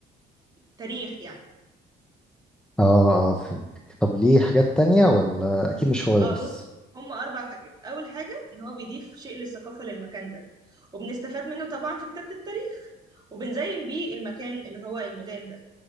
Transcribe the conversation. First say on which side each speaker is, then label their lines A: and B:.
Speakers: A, on the right; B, in the centre.
A: تاريخ يعني
B: اه اه فهمتك طب ليه حاجات تانية ولا أكيد مش هو ده
A: اه
B: بس
A: بص هما اربع حاجات اول حاجه ان هو بيضيف شيء للثقافه للمكان ده وبنستفاد منه طبعا في كتابه التاريخ وبنزين بيه المكان اللي هو الميدان ده